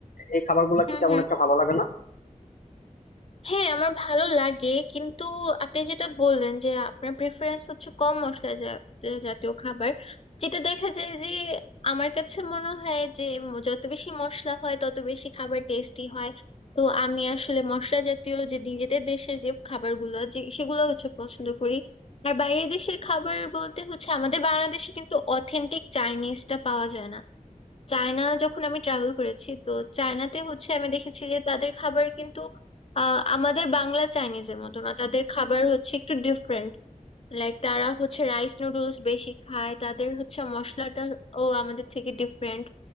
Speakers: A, on the left; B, on the left.
A: এই খাবারগুলা
B: হুম
A: কি তেমন
B: হুম
A: একটা ভালো লাগে না
B: হ্যাঁ আমার ভালো লাগে কিন্তু আপনি যেটা বললেন যে আপনার প্রেফারেন্স হচ্ছে কম মশলা জা- জা- জাতীয় খাবার যেটা দেখা যায় যে আমার কাছে মনে হয় যে ম- যত বেশি মশলা হয় তত বেশি খাবার টেস্টি হয় তো আমি আসলে মশলা জাতীয় যে নিজেদের দেশের যে খাবারগুলো যে সেগুলো হচ্ছে পছন্দ করি আর বাইরের দেশের খাবার বলতে হচ্ছে আমাদের বাংলাদেশে কিন্তু অথেন্টিক চাইনিজটা পাওয়া যায় না চায়না যখন আমি ট্রাভেল করেছি তো চায়নাতে হচ্ছে আমি দেখেছি যে তাদের খাবার কিন্তু আহ, আমাদের বাংলা চাইনিজের মতো না তাদের খাবার হচ্ছে একটু ডিফারেন্ট লাইক তারা হচ্ছে রাইস নুডলস বেশি খায় তাদের হচ্ছে মশলাটা ও আমাদের থেকে ডিফারেন্ট